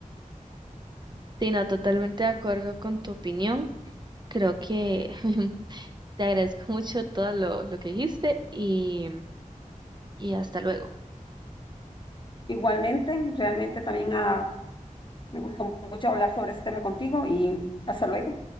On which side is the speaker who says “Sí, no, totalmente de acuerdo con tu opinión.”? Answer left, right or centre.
Right